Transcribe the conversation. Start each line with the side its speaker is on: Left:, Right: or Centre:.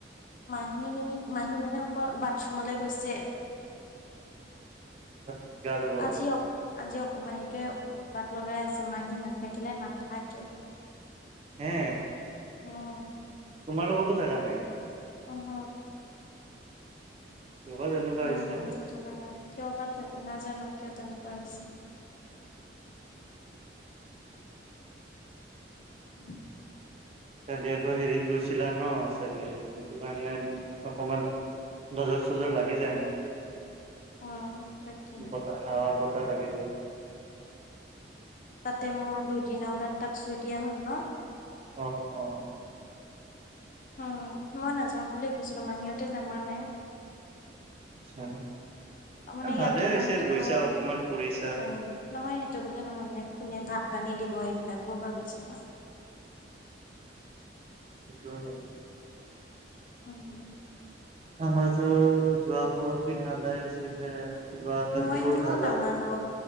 Left: মাহী মাহী মানে অকন বাথৰুমলে গৈছে।
Right: হয় নেকি আৰু
Left: আজি অক, আজি অকমানিটোৱে উৎপাত লগাই আছে। মাহী নাথাকিলে নাথাকে।
Right: হে,
Left: উম,
Right: তোমাৰ লগতো থাকা নাই?
Left: অ, হ।
Right: ৰ'বা তেনেকুৱা
Left: মই
Right: হৈছে।
Left: বহুতো থকা নাই কিয় বা তে, নাজানো কিয় তেনেকুৱা হৈছে। <inaudible>
Right: চাগে আকৌ হেৰিত গৈছিলা ন' চাগে সেইটো কাৰণে অকমান নজৰ চজৰ লাগি যায় ন'।
Left: অ', তাকে।
Right: বতাহ হাৱা বতাহ লাগিব ই
Left: তাতে মোৰ দুইদিনৰ গাত টাস্কটো এতিয়া হ'ল ন'?
Right: অ', অ'।
Left: অ', মই নাযাও বুলিয়ে কৈছিলো মাহীহঁতে নামানে।
Right: আচ্ছা।
Left: মানে
Right: এ,
Left: ইয়াত
Right: ভালে
Left: থকাহেঁতেনো
Right: হৈছে গৈছা অকমান ফুৰিছা।
Left: মানে নহয় সেইটো বুলি নহয় মানে কোনে ভাত পানী দিব এইবিলাকো ভাবিছোঁ ন'।
Right: এইটোও হয়।
Left: <inaudible>
Right: আমাৰতো যোৱাপৰখি ঠাণ্ডা আছিলে। যোৱা কালিও
Left: মইতো
Right: ঢালাই
Left: নামানো।